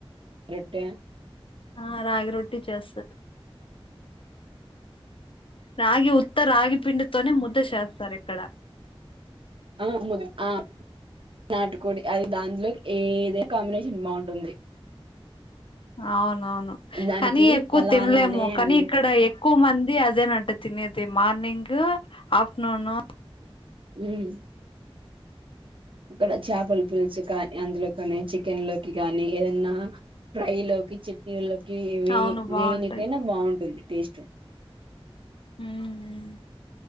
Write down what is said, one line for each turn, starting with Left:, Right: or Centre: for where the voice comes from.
Right: రొట్ట
Left: ఆ రాగి రొట్టె చేస్తా రాగి ఉంతా రాగి పిండితోనే ముద్ద చేస్తారు ఇక్కడ
Right: హ్మ్ ఆ నాటుకోడి అది దంట్లోకి ఏదే కాంబినేషన్ బాగుంటుంది
Left: అవునువును
Right: దానికి
Left: కాని ఎక్కువ
Right: పలానా
Left: తినలేము
Right: అనే
Left: కాని
Right: ఏం
Left: ఇక్కడ
Right: లేదు
Left: ఎక్కువ మంది అదేనంట తినేది మార్నింగ్ గూ ఆఫ్టర్నూను
Right: హ్మ్ ఇక్కడ చేపల పులుసు కాని అందులో కాని చికెన్ లోకి కాని ఏదన్నా ఫ్రై లోకి చట్నీలో ఇవి
Left: అవును బాగుంటాయి
Right: దేనికైనా బావుంటుంది టేస్ట్
Left: హ్మ్